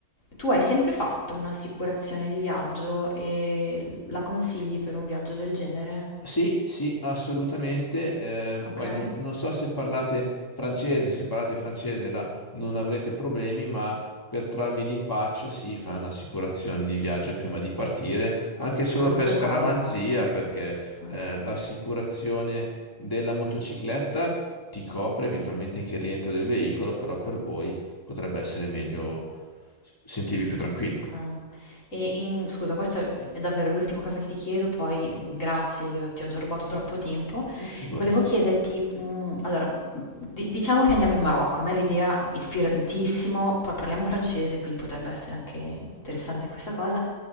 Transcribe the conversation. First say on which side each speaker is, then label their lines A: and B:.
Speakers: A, on the left; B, on the left.
A: tu hai sempre fatto un'assicurazione di viaggio e la consigli per un viaggio del genere?
B: Sì, sì, assolutamente. eh,
A: Ok?
B: poi non non so se parlate francese, se parlate francese là non avrete problemi, ma per trarvi d'impaccio, sì, fai un'assicurazione di viaggio prima di partire, anche solo
A: Qualunque
B: per scaramanzia,
A: cosa.
B: perché
A: eh.
B: eh, l'assicurazione della motocicletta ti copre eventualmente anche il rientro del veicolo, però per voi potrebbe essere meglio sentirvi più tranquilli.
A: Okay. E in scusa, questa è davvero l'ultima cosa che ti chiedo, poi mm, grazie, ti ho già rubato troppo tempo.
B: No, figurati.
A: Volevo chiederti, mhmm, allora, mhmm, di diciamo che andiamo in Marocco, a me l'idea ispira tantissimo, poi parliamo francese, quindi potrebbe essere anche interessante questa cosa.